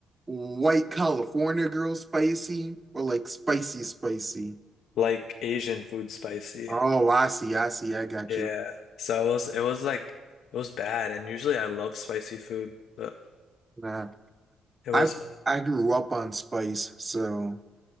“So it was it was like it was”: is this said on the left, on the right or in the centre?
Left